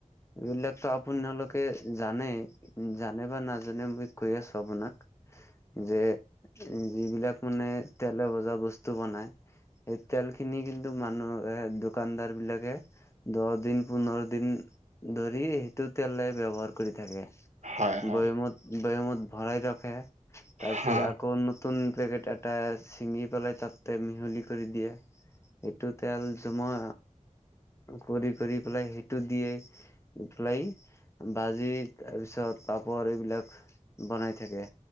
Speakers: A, on the left; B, on the right.
A: এইবিলাকতো আপোনালোকে জানেই। উম, জানে বা নাজানে মই কৈ আছোঁ আপোনাক। যে যিবিলাক মানে তেলে ভজা বস্তু বনায়, সেই তেলখিনি কিন্তু কিন্তু মানুহ এ দোকানদাৰবিলাকে দহদিন পোন্ধৰদিন ধৰি সেইটো তেলে ব্যৱহাৰ কৰি থাকে।
B: হয় হয়
A: বৈয়ামত বৈয়ামত ভৰাই ৰখে তাৰপিছত
B: হা,
A: আকৌ নতুন নতুন পেকেট এটা ছিঙি পেলাই তাতে মিহলি কৰি দিয়ে, এইটো তেল তোমা কৰি কৰি পেলাই সেইটো দিয়ে। উফেলাই বাজি তাৰপিছত পাপৰ এইবিলাক বনাই থাকে,